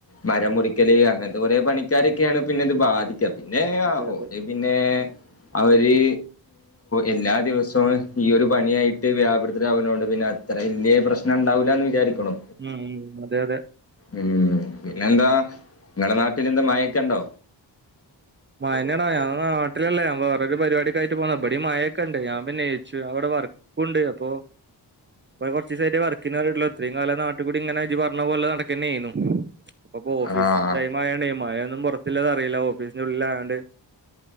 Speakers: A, on the left; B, on the right.
A: മരം മുറിക്കല് അങ്ങനത്തെ കുറെ പണിക്കാരൊക്കെയാണ് പിന്നെത് ബാധിക്ക പിന്നെ
B: അതെ
A: ഓര്
B: അതെ
A: പിന്നെ അവര് എല്ലാ ദിവസവും ഈ ഒരു പണിയായിട്ട് വ്യാപൃതരാകുനോണ്ട് പിന്നെ അത്ര വലിയ പ്രശ്നം ഉണ്ടാവില്ല എന്ന് വിചാരിക്ക്ണ്
B: ഉം ഉം അതെ അതെ
A: ഉം പിന്നെന്താ നിങ്ങടെ നാട്ടില എന്താ മഴക്കെ ഉണ്ടോ
B: മഴന്നേണ് ഞൻ നാട്ടിലല്ല ഞാൻ വേറൊരു പരിപാടിക്ക ആയിട്ട് പോന്നാ ഇവടി മയൊക്കെണ്ട് ഞാ പിന്ന നയിച്ചു അവിടെ വർ കുണ്ട് അപ്പൊ ഇപ്പ കുറച്ച് സൈറ്റ്‌ വർക്ക്ന് വന്നിട്ടുള്ളൂ ഇത്രയും കാലം നട്ടി കൂടി ഇങ്ങനെ ജി പറഞ്ഞ പോലെ നടക്കന്നെെയ്യുന്നു ഇപ്പപ്പോ ഓഫീസ്
A: ആഹ്
B: ടൈം ആയോണ്ട മായൊന്നും പുറത്തില്ലത് അറിയില്ല ഓഫീസിന്റെ ഉള്ളില ആയോണ്ട്